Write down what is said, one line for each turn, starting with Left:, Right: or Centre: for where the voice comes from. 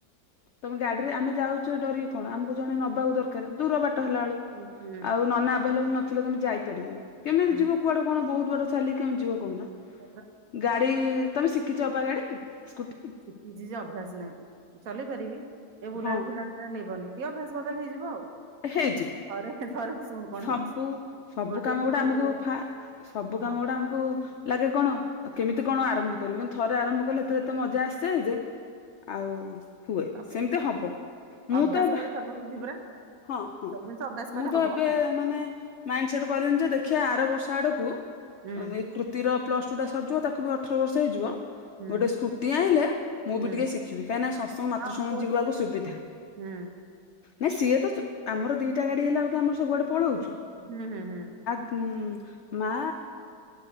Left: ତମେ ଗାଡିରେ ଆମେ ଯାଉଚେ ଡରିକି କଣ ଆମକୁ ଜଣେ ନବାକୁ ଦର କାଳେ ଦୂର ବାଟ
Right: ହୁଁ
Left: ହେଲା ବେଳୁ
Right: ହୁଁ
Left: ଆଉ ନନା ଆଭେଲେବୁଲ ନଥିଲେ ତମେ ଯାଇପାରିବନି କେମିତି
Right: ହୁଁ
Left: ଯିବ କୁଆଡେ କଣ ବହୁତ ବାଟ ଚାଲିକି ଆମେ ଯିବ କହୁନ
Right: ପୁରା
Left: ଗା ଦେଇ ତମେ ଶିଖିଛ ଅପା ଗାଡି ସ୍କୁଟି।
Right: ଶିଖିଛି ଯେ ଅଭ୍ୟାସ ନାହିଁ ଚଲେଇ ପାରିବି ଏ ବୁଲାଣି
Left: ହଁ
Right: ଫୁଲାଣି ରେ ନେବନି। ଟିକେ ଅଭ୍ୟାସ କରିଦେଲେ ହେଇଯିବ ଆଉ।
Left: ହେଇଛି। <unintelligible>
Right: ଥରେ ଥରେ ଶୁଣୁ କଣ
Left: ସବୁ
Right: ହେଇଛି।
Left: ସବୁ
Right: ଗୋଟେ
Left: କାମ ଗୁଡା
Right: ମୋ ଦିଅର
Left: ଆମକୁ ଫା ସବୁ
Right: ହଁ
Left: କାମ ଗୁଡା ଆମକୁ କୁ ଲାଗେ କଣ କେମିତି କଣ ଆରମ୍ଭ କରିବି କିନ୍ତୁ ଥରେ ଆରମ୍ଭ କଲେ ଏତେ ଏତେ ମଜା ଆସେ ଯେ ଆଉ ହୁଏ
Right: ସବୁ
Left: ସେମିତି
Right: ଜିନିଷ
Left: ହବ। ମୁଁ
Right: ଅଭ୍ୟାସ
Left: ତ ଭା
Right: ବଳେ ସର୍ବସିଧି ପରା।
Left: ହଁ ହଁ
Right: ସବୁ ଜିନିଷ ଅଭ୍ୟାସ କଲେ
Left: ମୁଁ
Right: ହବ
Left: ତ ଏବେ ମାନେ ମାଇଣ୍ଡ ସେଟ୍ କଲିନି ଯେ ଦେଖିବା ଆର ବର୍ଷ ଆଡକୁ
Right: ହୁଁ
Left: ଏଇ କୃତିର ପ୍ଲସଟୁ ଟା ସରିଯିବ ତାକୁ ବି ଅଠର ବର୍ଷ ହେଇଯିବ
Right: ହୁଁ
Left: ଗୋଟେ ସ୍କୁଟି ଆଣିଲେ ମୁଁ
Right: ହୁଁ।
Left: ବି ଟିକେ ଶିଖିବି କାହିଁକି ନା ସତଗଙ୍ଗ ମାତୃ
Right: ହଁ
Left: ସମ୍ମିଳନୀ
Right: ପୁଅ
Left: ଯିବାକୁ
Right: ଶିଖେଇଦେବି
Left: ସୁବିଧା।
Right: ହୁଁ।
Left: ନାଇଁ ସିଏତ ସ ଆମର ଦିଇଟା ଗାଡ଼ି ହେଲା ବେଳକୁ ଆମର ସବୁଆଡ଼େ ପଳଉଚୁ।
Right: ହୁଁ ହୁଁ ହୁଁ।
Left: ଉଁ ମା,